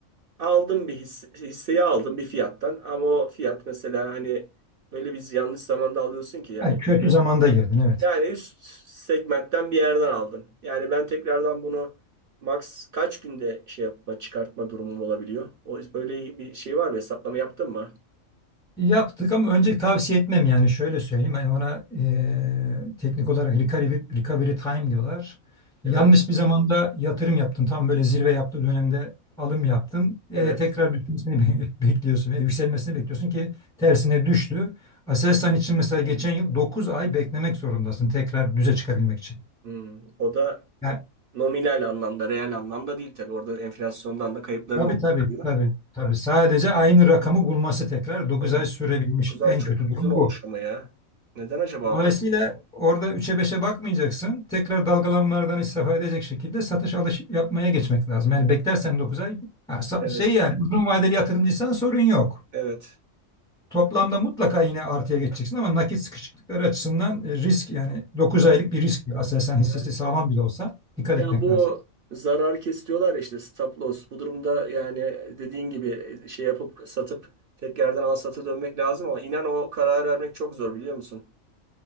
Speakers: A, on the right; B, in the centre.
A: Aldım bir hisse, hisseyi aldım bir fiyattan ama o fiyat mesela hani öyle biz yanlış zamanda alıyorsun ki ya-
B: Yani kötü zamanda girdin evet.
A: yani üst segmentten bir yerden aldın. Yani ben tekrardan bunu max kaç günde şey yapma çıkartma durumum olabiliyor? O, öyle bir şey var mı? Hesaplama yaptın mı?
B: Yaptık ama önce tavsiye etmem yani şöyle söyleyeyim. Hani ona eee, teknik olarak recovery, recovery time diyorlar. Yanlış
A: Evet.
B: bir zamanda yatırım yaptın. Tam böyle zirve yaptığı dönemde alım yaptın. Eee,
A: Evet.
B: tekrar düşmesini be- <laughs> bekliyorsun. veya yükselmesini bekliyorsun ki tersine düştü. Aselsan için mesela geçen yıl 9 ay beklemek zorundasın tekrar düze çıkabilmek için.
A: Hmm, O da
B: Yani
A: nominal anlamda, reel anlamda değil tabii. Orada enflasyondan da kayıpların
B: Tabii
A: olmuş
B: tabii
A: oluyor.
B: tabii tabii. Sadece aynı rakamı bulması tekrar dokuz
A: Evet.
B: ay sürebilmiş
A: 9 ay
B: en
A: çok
B: kötü durum
A: uzun olmuş
B: bu.
A: ama ya. Neden acaba
B: Dolayısıyla
A: o kadar?
B: orada üç'e beşe bakmayacaksın. Tekrar dalgalanmalardan istifade edecek şekilde satış alış yapmaya geçmek lazım. Yani beklersen dokuz ay ha, sa-
A: Evet.
B: şey yani uzun vadeli yatırımcıysan sorun yok.
A: Evet.
B: Toplamda mutlaka yine artıya geçeceksin ama nakit sıkışıklıkları açısından e, risk yani dokuz
A: Anladım.
B: aylık bir risk. Aslında sen hissesi
A: Yani
B: sağlam bile olsa dikkat
A: ya
B: etmek
A: bu
B: lazım.
A: zarar kesiyorlar işte stop loss. Bu durumda yani dediğin gibi şey yapıp satıp tekrardan al sata dönmek lazım ama inan o karar vermek çok zor biliyor musun?